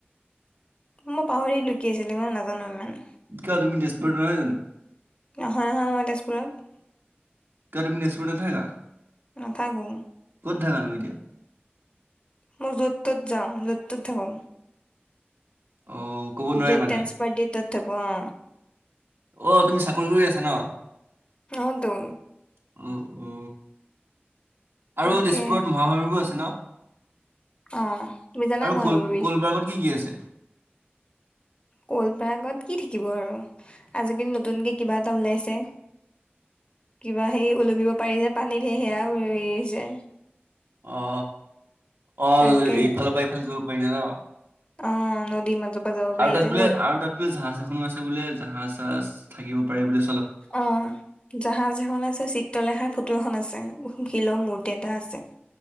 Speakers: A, on the left; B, on the right.
A: মই পাহৰিলো কি আছিল ইমান নাজনো। অকণমান?
B: কিয় তুমি নহয় জানো।
A: নহয় নহয় মই তেজপুৰত?
B: তুমি তেজপুৰত নাথাকা।
A: নাথাকোঁ?
B: কত থাকা নো এতিয়া?
A: মই য'ত ত'ত যাওঁ য'ত ত'ত থাকো।
B: অ' ক'ব নোৱাৰি
A: যত
B: মানে
A: তেন্সপাৰ দিয়ে তাতে থাকো। অ
B: অ তুমি চাকৰি কৰি আছা ন
A: অতো
B: উ। অ আৰু
A: তাকে
B: তেজপুৰত মহাশৰবো আছে ন
A: অ তুমি জানা
B: আৰু
A: মই
B: কল
A: সেইবোৰৰ
B: কলবাৰ্গত কি কি আছে?
A: কল পাৰ্গত কি থাকিব আৰু। আজিকালি নতুনকে কিবা এটা ওলাইছে? কিবা সে ওলমিব পাৰিছে পানীত সে সেয়া হেৰিছে?
B: অ অ এইফালৰ
A: তাকে
B: পৰা ইফালে যাব পাৰিল ন।
A: অ নদী মাজত। পৰা যাব পাৰি
B: আৰু তাত
A: যে
B: বোলে আৰু তাত বোলে জাহাজ এখনো আছে বোলে জাহাজ। থাকিব পাৰে বুলি?
A: অ জাহাজ এখন আছে চিত্ৰলেখাই ফটো এখন আছে । শিলৰ মূৰ্তি এটা আছে ।